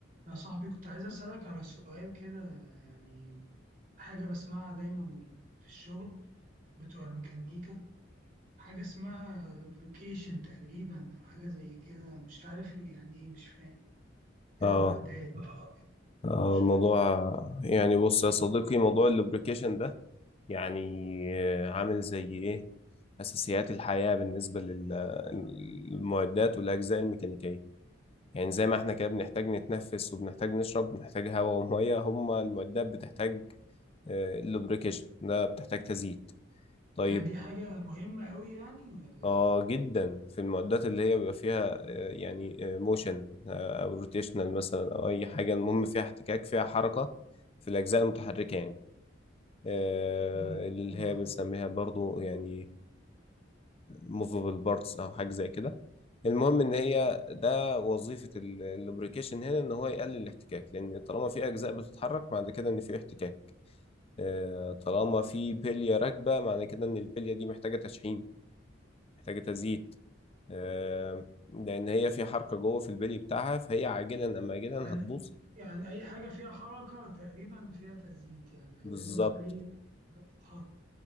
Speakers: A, on the right (about 45°); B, on the left (about 30°).
A: يا صاحبي كنت عايز أسألك على سؤال كده يعني حاجة بسمعها دايما في الشغل بتوع الميكانيكا حاجة اسمها لوبريكيشن تقريبا أو حاجة زي كده مش عارف يعني إيه مش فاهم المعدات
B: اه
A: آه.
B: آه،
A: مش
B: الموضوع
A: عارف
B: يعني بص يا صديقي موضوع اللوبريكيشن ده يعني آه، عامل زي ايه اساسيات الحياة بالنسبة للمعدات والاجزاء الميكانيكية يعني زي ما احنا كده بنحتاج نتنفس وبنحتاج نشرب بنحتاج هواء ومية هما المعدات بتحتاج آه، اللوبريكيشن ده بتحتاج تزييت طيب
A: يعني دي حاجة مهمة أوي يعني ولا
B: اه جدا في المعدات اللي هي بيبقى فيها آه، يعني موشن او روتيشنال مثلا او اي حاجه المهم فيها احتكاك فيها حركه في الاجزاء المتحركه يعني آه،
A: مم.
B: اللي
A: حلوة
B: هي بنسميها
A: أوي.
B: برضو يعني موفبل بارتس او حاجه زي كده المهم ان هي ده وظيفه اللوبريكيشن هنا ان هو يقلل الاحتكاك لان طالما في اجزاء بتتحرك معنى كده ان في احتكاك آه، طالما في بليه راكبه معنى كده ان البليه دي محتاجه تشحيم محتاجه تزييت آه، لان هي في حركه جوه في البلي بتاعها فهي عاجلا ام اجلا
A: يعني
B: هتبوظ
A: يعني أي حاجة فيها حركة تقريبا فيها تزييت يعني
B: بالظبط
A: لازم أزيت أي حاجة بتتحط